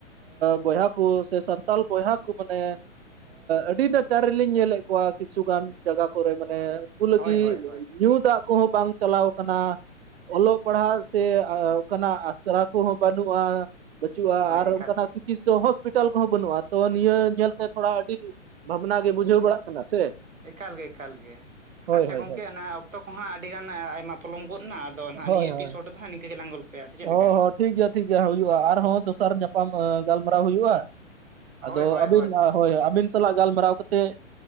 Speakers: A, on the right; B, on the right.
A: ᱵᱚᱭᱦᱟ ᱠᱚ ᱥᱮ ᱥᱟᱱᱛᱟᱞ ᱵᱚᱭᱦᱟ ᱠᱚ ᱢᱟᱱᱮ ᱟᱹᱰᱤ ᱱᱟᱪᱟᱨ ᱨᱮᱞᱤᱧ ᱧᱮᱞᱮᱫ ᱠᱚᱣᱟ ᱠᱤᱪᱷᱩ ᱜᱟᱱ ᱡᱟᱭᱜᱟ ᱠᱚᱨᱮ ᱢᱟᱱᱮ ᱩᱱᱠᱩ ᱞᱟᱹᱜᱤᱫ
B: ᱦᱳᱭ ᱦᱳᱭ ᱦᱳᱭ
A: ᱧᱩ ᱫᱟᱜ ᱠᱚᱦᱚᱸ ᱵᱟᱝ ᱪᱟᱞᱟᱣ ᱠᱟᱱᱟ ᱚᱞᱚᱜ ᱯᱟᱲᱦᱟᱜ ᱥᱮ ᱠᱟᱱᱟᱜ ᱟᱥᱨᱟ ᱠᱚᱦᱚᱸ ᱵᱟᱹᱱᱩᱜᱼᱟ ᱦᱩᱜᱼᱟ
B: ᱦᱳᱭ
A: ᱟᱨ
B: ᱮᱠᱟᱞ
A: ᱚᱱᱠᱟᱱᱟᱜ
B: ᱜᱮ
A: ᱪᱤᱠᱤᱥᱥ ᱦᱚᱥᱯᱤᱴᱟᱞ ᱠᱚᱦᱚᱸ ᱵᱟᱹᱱᱩᱜᱼᱟ ᱛᱚ ᱱᱤᱭᱟᱹ ᱧᱮᱞᱛᱮ ᱛᱷᱚᱲᱟ ᱟᱹᱰᱤ ᱵᱷᱟᱵᱽᱱᱟ ᱜᱮ ᱵᱩᱡᱷᱟᱹᱣᱲᱟᱜ ᱠᱟᱱᱟ ᱥᱮ
B: ᱮᱠᱟᱞᱜᱮ ᱮᱠᱟᱞ ᱜᱮ
A: ᱦᱳᱭ
B: ᱟᱪᱪᱷᱟ
A: ᱦᱳᱭ
B: ᱜᱚᱝᱠᱮ
A: ᱦᱳᱭ
B: ᱚᱱᱟ ᱚᱠᱛᱚ ᱠᱚᱦᱟᱸ ᱟᱹᱰᱤᱜᱟᱱ ᱟᱭᱢᱟ ᱯᱚᱞᱚᱢ ᱜᱚᱫ ᱮᱱᱟ ᱟ ᱟᱫᱚ ᱱᱟᱦᱟᱜ
A: ᱦᱳᱭ
B: ᱱᱤᱭᱟᱹ ᱮᱯᱤᱥᱰ
A: ᱦᱳᱭ
B: ᱨᱮᱫᱚᱦᱟᱜ ᱱᱤᱠᱟᱹ ᱜᱮᱞᱟᱝ ᱜᱚᱞᱯᱷᱚᱭᱟ ᱥᱮ ᱪᱮᱫ
A: ᱦᱚᱸ
B: ᱞᱮᱠᱟ
A: ᱦᱚᱸ ᱴᱷᱤᱠ ᱜᱮᱭᱟ ᱴᱷᱤᱠ ᱜᱮᱭᱟ ᱦᱩᱭᱩᱜᱼᱟ ᱟᱨᱦᱚᱸ ᱫᱚᱥᱟᱨ ᱧᱟᱯᱟᱢ ᱜᱟᱞᱢᱟᱨᱟᱣ ᱦᱩᱭᱩᱜᱼᱟ ᱟᱫᱚ
B: ᱦᱳᱭ ᱦᱳᱭ
A: ᱟᱹᱵᱤᱱ ᱦᱳᱭ ᱟᱹᱵᱤᱱ ᱥᱟᱞᱟᱜ ᱜᱟᱞᱢᱟᱨᱟᱣ ᱠᱟᱛᱮ